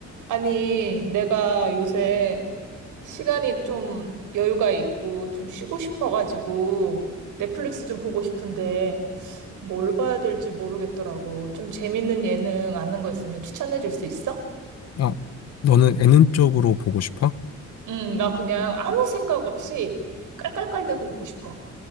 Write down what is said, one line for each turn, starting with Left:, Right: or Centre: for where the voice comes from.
Right: 아니, 내가 요새 시간이 좀 여유가 있고 좀 쉬고 싶어가지고 넷플릭스 좀 보고 싶은데 뭘 봐야 될지 모르겠더라고. 좀 재밌는 예능 아는 거 있으면 추천해 줄 수 있어?
Left: 아, 너는 예능 쪽으로 보고 싶어?
Right: 응, 나 그냥 아무 생각 없이 깔깔깔대고 웃고 싶어.